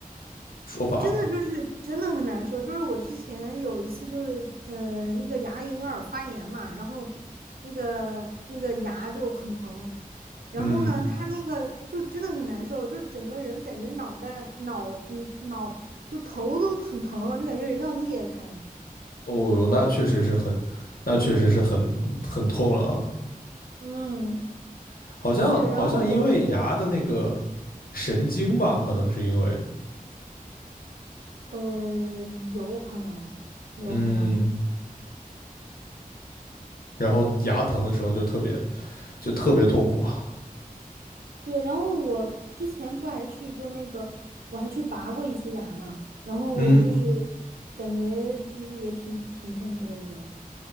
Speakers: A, on the left; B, on the right.
A: 说法。
B: 真的就是真的很难受。就是我之前有一次就是呃那个牙龈有点发炎嘛，然后那个那个牙就很疼，然后呢他那个就真的很难受，
A: 嗯，
B: 就整个人感觉脑袋脑嗯脑就头都很疼，就感觉人都要裂开了。
A: 哦哟，那确实是很，那确实是很很痛了啊。
B: 嗯，
A: 好像好像因为牙的那个
B: 是，然后我我
A: 神经吧，可能是因为，
B: 呃，有可能，有可能，
A: 嗯，然后牙疼的时候就特别就特别痛苦啊。
B: 对。然后我之前不还去，就是那个我还去拔过一次牙嘛，然后就是
A: 嗯
B: 感觉就是也挺挺痛苦的，我觉得。